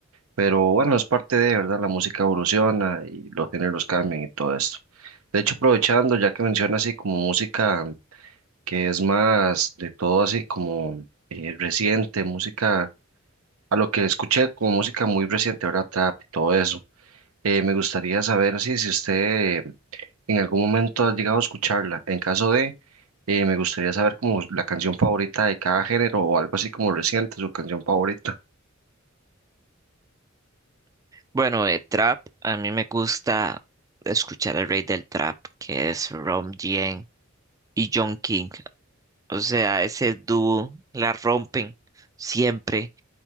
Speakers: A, on the right; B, on the right.
A: Pero bueno, es parte de, ¿verdad? La música evoluciona y los géneros cambian y todo esto. De hecho, aprovechando, ya que menciona así como música que es más de todo así como eh, reciente, música, a lo que escuché como música muy reciente, ¿verdad? Trap y todo eso. Eh, me gustaría saber así, si usted eh, en algún momento ha llegado a escucharla. En caso de, eh, me gustaría saber como la canción favorita de cada género o algo así como reciente, su canción favorita.
B: Bueno, de trap, a mí me gusta escuchar el rey del trap, que es Rom Dien y John King. O sea, ese dúo la rompen siempre.